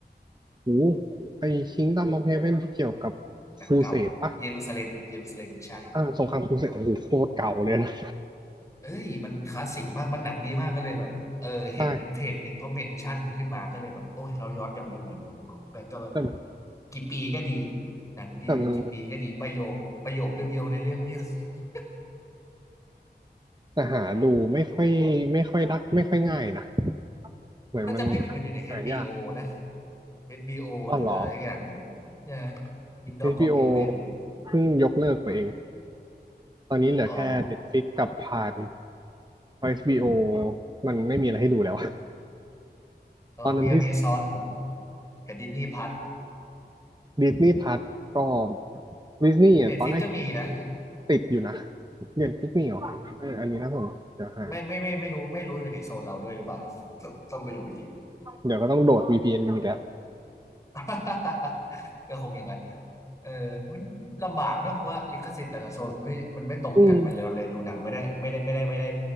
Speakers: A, on the right (about 25°); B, on the left (about 15°).
A: หูไอ Kingdom of Heaven ที่เกี่ยวกับ
B: หนังเก่าเยรูซาเล็มเยรูซาเล็มใช่
A: ครูเสดปะอ่าสงครามครูเสดโอ้โหโคตรเก่าเลยนะ
B: เอ้ยมันคลาสสิกมากมันหนังดีมากก็เลยแบบเออเห็นเพจหนึ่งเขาเมนชั่นขึ้นมาก็เลยแบบโอ้ยเราย้อนกลับไปดูใหม่ดีกว่าคุณแบงก์ก็แบบ
A: ใช่แต่มัน
B: กี่ปีก็ดีหนังดีมันกี่ปีก็ดีประโยคประโยคเบียวๆในเรื่องเพียบ
A: แต่มัน
B: <laughs>
A: แต่หาดูไม่ค่อยไม่ค่อยได้ไม่ค่อยง่ายนะเหมือนมัน
B: ถ้าจำไม่ผิดมันอยู่ใน HBO
A: หายาก
B: นะ HBO
A: อ้อเหรอ
B: หรืออะไรอย่างนีเนี่ย Kingdom
A: เอชบี
B: of
A: b o
B: Heaven
A: เพิ่งยกเลิกไปเองตอนนี้เหลือแค่
B: อ๋อ
A: Netflix กับพานเอชบี b o มันไม่มีอะไรให้ดูแล้ว
B: เออมี
A: ตอนนั้นที่
B: Amazon กับ Disney Plus
A: Disney Plus ก็ดิสนีย์อ่ะตอนแรก
B: Netflix ก็มีนะ
A: ติดอยู่นะเรียนพิกมี่หรอ
B: เออ
A: อันนี้นะผมเดี๋ยวหา
B: ไม่ไม่ไม่ไม่รู้ไม่รู้อยู่ในโซนเราด้วยหรือเปล่าต้องต้องไปดูอีกที
A: เดี๋ยวก็ต้องโดด VPN กันอีกแล้ว
B: <laughs> ก็คงอย่างนั้นเออมันลำบากเนอะว่าลิขสิทธิ์แต่ละโซนไม่มันไม่ตรงกันมันเลยเราเลยดูหนังไม่ได้ไม่ได้ไม่ได้ไม่ได้
A: อืม